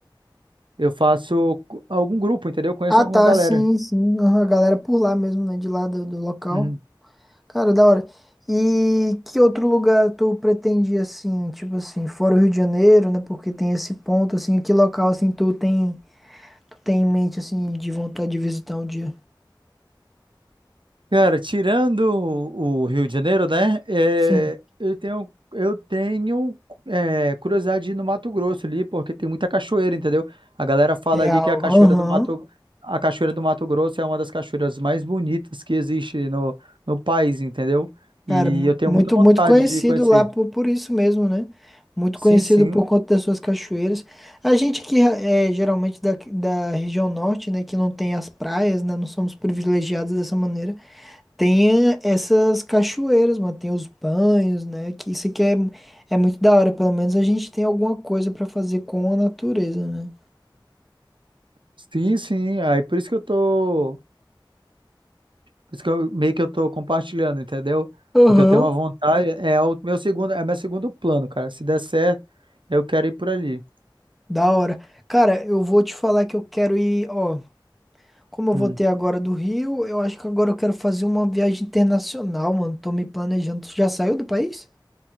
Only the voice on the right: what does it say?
eu faço co- algum grupo, entendeu? Eu conheço
alguma
galera.
Uhum.
Cara, tirando o o Rio de Janeiro, né? é,
eu tenho, eu tenho é, curiosidade de ir no Mato Grosso ali, porque tem muita cachoeira, entendeu? A galera fala
ali que a cachoeira
do Mato, a cachoeira do Mato Grosso é uma das cachoeiras mais bonitas que existe no, no país, entendeu?
E
eu tenho
muita vontade
de conhecer.
Sim,
sim,
sim, sim. Aí por isso que eu tô Por isso que eu, meio que eu tô compartilhando, entendeu?
Porque eu tenho uma vontade, é o meu segundo, é meu segundo plano, cara. Se der certo, eu quero ir por ali.
Hum.